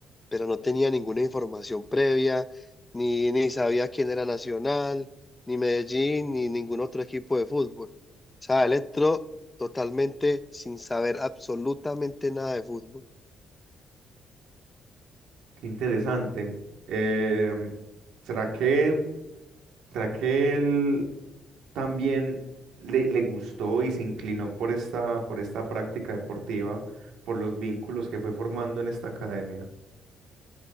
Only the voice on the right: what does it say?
Qué interesante. Em, ¿será que... ¿Será que él también le, le gustó y se inclinó por esta, por esta práctica deportiva, por los vínculos que fue formando en esta academia?